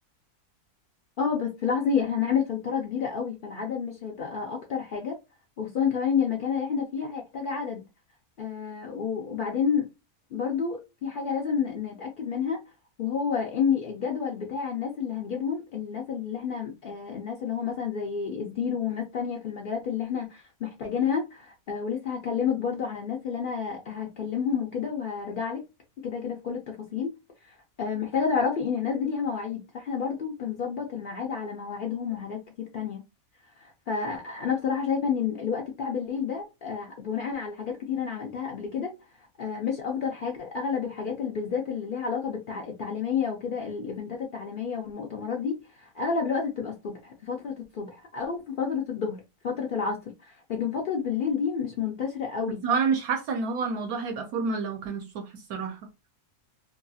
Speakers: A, on the left; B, on the right.
A: اه بس لاحظي احنا هنعمل فلترة كبيرة قوي فالعدد مش هيبقى اكتر حاجة وخصوصا كمان ان المكان اللي احنا فيه هيحتاج عدد آه وبعدين برضو في حاجة لازم ن- نتأكد منها وهو ان الجدول بتاع الناس اللي هنجيبهم الناس اللي احنا آه الناس اللي هو مثلا زي الزيرو وناس تانية في المجالات اللي احنا محتاجينها آه ولسه هكلمك برضو عن الناس اللي انا هكلمهم وكده وهرجع لك كده كده في كل التفاصيل آه، محتاجة تعرفي ان الناس دي ليها مواعيد فاحنا برضو بنظبط الميعاد على مواعيدهم وحاجات كتير تانية فانا بصراحة شايفة ان ال- الوقت بتاع بالليل ده آه، بناء على حاجات كتير انا عملتها قبل كده آه، مش افضل حاجة اغلب الحاجات اللي بالذات اللي ليها علاقة بالتعليمية وكده الايفنتات التعليمية والمؤتمرات دي اغلب الوقت بتبقى الصبح في فترة الصبح او في فترة الظهر في فترة العصر لكن فترة بالليل دي مش منتشرة قوي
B: بس هو انا مش حاسه ان هو الموضوع هيبقى فورمال لو كان الصبح الصراحه